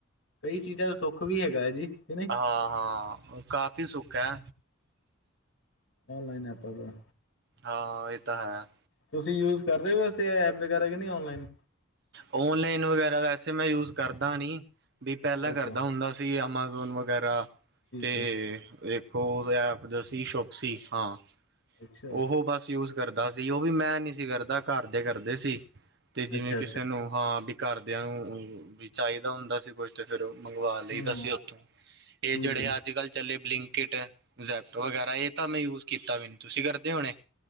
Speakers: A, on the left; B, on the right.
A: ਕਈ ਚੀਜ਼ਾਂ ਦਾ ਸੁੱਖ ਵੀ ਹੈਗਾ ਏ ਜੀ। ਕੇ ਨੀ।
B: ਹਾਂ, ਹਾਂ ਕਾਫੀ ਸੁੱਖ ਐ।
A: ਔਨਲਾਈਨ ਐਪਾਂ ਦਾ
B: ਹਾਂ ਇਹ ਤਾਂ ਹੈ।
A: ਤੁਸੀਂ ਯੂਜ ਕਰ ਰਹੇ ਹੋ ਵੈਸੇ ਐਪ ਵਗੈਰਾ ਕਿ ਨਹੀਂ ਔਨਲਾਈਨ?
B: ਓਨਲਾਈਨ ਵਗੈਰਾ ਵੈਸੇ ਮੈਂ ਯੂਜ ਕਰਦਾ ਨੀ, ਵੀ ਪਹਿਲਾਂ
A: ਅੱਛਾ
B: ਕਰਦਾ ਹੁੰਦਾ ਸੀ। ਸੀ। ਅਮਾਜ਼ੋਨ ਵਗੈਰਾ
A: ਠੀਕ
B: ਤੇ
A: ਹੈ
B: ਉਹ ਸੀ ਸ਼ੁੱਪਸੀ ਹਾਂ।
A: ਅੱਛਾ
B: ਉਹ ਬਸ ਯੂਜ ਕਰਦਾ ਸੀ ਉਹ ਵੀ ਮੈਂ ਨੀ ਸੀ ਕਰਦਾ ਘਰ ਦੇ ਕਰਦੇ ਸੀ। ਤੇ ਜਿਵੇਂ
A: ਅੱਛਾ
B: ਕਿਸੇ
A: ਅੱਛਾ
B: ਨੂੰ ਹਾਂ। ਘਰਦਿਆਂ ਨੂੰ ਵੀ ਚਾਹੀਦਾ ਹੁੰਦਾ ਸੀ। ਕੁਛ ਤੇ ਫੇਰ ਮੰਗਵਾ
A: ਹਮ
B: ਲਈਦਾ
A: ਹਮ
B: ਸੀ ਉੱਥੋਂ। ਇਹ
A: ਠੀਕ
B: ਜਿਹੜੇ
A: ਹੈ
B: ਅੱਜ ਕੱਲ ਚੱਲੇ ਬਲਿੰਕ ਕਿਟੈਪਟ ਵਗੈਰਾ ਇਹ ਤਾਂ ਮੈਂ ਯੂਜ ਕੀਤਾ ਵੀ ਨੀ ਤੁਸੀਂ ਕਰਦੇ ਹੋਣੇ।